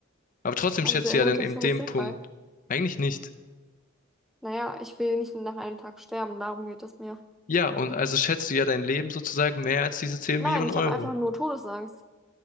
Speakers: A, on the left (about 40°); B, in the centre.
A: Aber trotzdem
B: also
A: schätzt
B: die Argumentation
A: du ja dann in dem
B: ist sinnfrei.
A: Punkt. Eigentlich nicht.
B: Naja, ich will nicht nach einem Tag sterben, darum geht es mir.
A: Ja, und also schätzt du ja dein Leben sozusagen mehr als diese 10
B: Nein,
A: Millionen
B: ich
A: Euro.
B: habe einfach nur Todesangst.